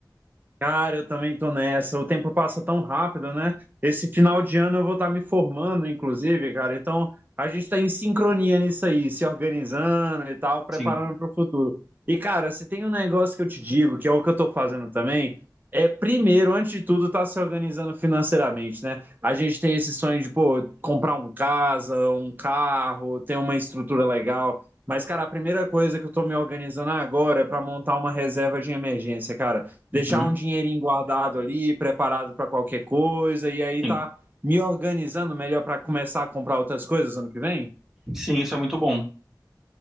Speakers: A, on the right; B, in the centre.
A: Cara, eu também tô nessa. O tempo passa tão rápido, né? Esse final de ano eu vou estar me formando, inclusive, cara. Então, a gente tá em sincronia nisso aí, se organizando e tal, preparando
B: Sim.
A: para o futuro. E, cara, se tem um negócio que eu te digo, que é o que eu tô fazendo também, é primeiro, antes de tudo, tá se organizando financeiramente, né? A gente tem esse sonho de, pô, comprar um casa, um carro, ter uma estrutura legal. Mas, cara, a primeira coisa que eu tô me organizando agora é para montar uma reserva de emergência, cara
B: Uhum,
A: deixar um dinheirinho guardado ali, preparado para qualquer coisa, e aí
B: sim.
A: tá me organizando melhor para começar a comprar outras coisas ano que vem?
B: Sim, isso é muito bom.